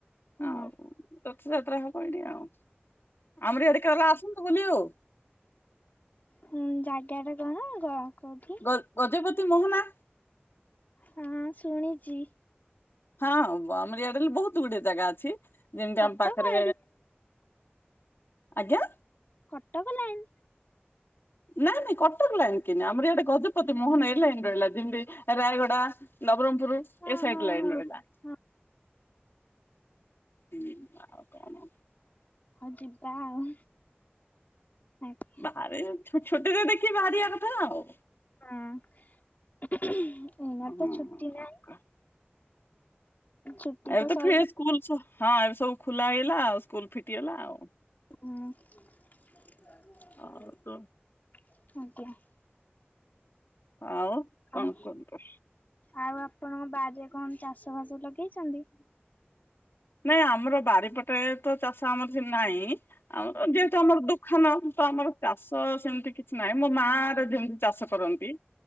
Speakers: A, on the left; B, on the left.
A: ଆଉ
B: ହଁ
A: ରଥଯାତ୍ରା ହବ <unintelligible> ଆଉ, ଆମରି ଆଡେ କେବେ ଆସନ୍ତୁ ବୁଲି ଆଉ।
B: ହୁଁ ଜାଗାଟା କଣ ଗ କୋଉଠି?
A: ଗ ଗଜପତି ମୋହନା।
B: ହଁ ଶୁଣିଚି।
A: ହଁ ଆଉ ଆମରି ଇଆଡେଲ୍ ବହୁତ୍ ଗୁଡିଏ ଜାଗା ଅଛି। ଯେମିତି
B: କଟକ
A: ଆମ ପାଖରେ
B: ଏଲ୍,
A: ଆଜ୍ଞା
B: କଟକ ଲାଇନ୍
A: ନାଇଁ ନାଇଁ କଟକ ଲାଇନ୍ କିିନି ଆମରି ଆଡେ ଗଜପତି ମୋହନ ଏଇ ଲାଇନ୍ ରହିଲା ଯେମ୍ତି ରାୟଗଡା ନବରଙ୍ଗପୁରୁ
B: ହଁ
A: ଏ ସାଇଟ୍
B: ହଁ
A: ଲାଇନ୍
B: ହଁ
A: ରହିଲା।
B: ହଁ
A: ହୁଁ ଆଉ କଣ?
B: ହଁ ଯିବା ଆଉ <unintelligible>
A: ବାହାରେ ଛୁଟିରେ ଦେଖି ବାହାରିଆ କଥା ଆଉ।
B: ହଁ। ଏଇନା
A: <unintelligible>
B: ତ ଛୁଟି ନାହିଁ ଛୁଟି
A: ଏବେ
B: ତ ସଇଲା।
A: ଫେର ହଁ ଏବେ ସବୁ ଖୁଲା ହେଇଗଲା ଆଉ ସ୍କୁଲ୍ ଫିଟିଗଲା ଆଉ।
B: ହୁଁ ଆଜ୍ଞା।
A: ଆଉ ଆଉ
B: ଆଉ
A: କଣ କୁଅନ୍ତୁ।
B: ଆଉ ଆପଣଙ୍କ ବାରିରେ କଣ ଚାଷବାସ ଲଗେଇଚନ୍ତି?
A: ନାଇଁ ଆମର ବାରିପଟେ ତ ଚାଷ ଆମର ସେ ନାହିଁ, ଆମର ଯେହେତୁ ଆମର ଦୁ ଖାନ ତ ଆମର ଚାଷ ସେମ୍ତି କିଛି ନାହିଁ, ମୋ ମା ର ଯେମିତି ଚାଷ କରନ୍ତି।